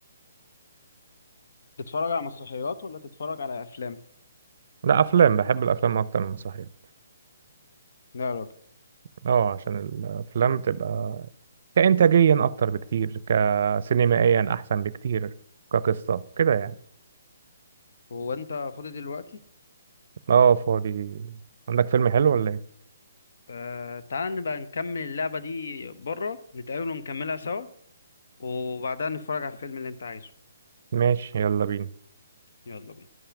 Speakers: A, on the left; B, on the right.
A: تتفرج على مسرحيات ولا تتفرج على افلام
B: لا افلام بحب الافلام اكتر من المسرحيات
A: لا يا راجل
B: اه عشان الافلام بتبقى كانتاجيا اكتر بكتير كسينمائيا احسن بكتير كقصه كده يعني
A: هو انت فاضي دلوقتي
B: اه فاضي عندك فيلم حلو ولا ايه
A: آه تعال نبقى نكمل اللعبة دي بره نتقابل ونكملها سوا وبعدها نتفرج على الفيلم اللي انت عايزه
B: ماشي يلا بينا
A: يلا بينا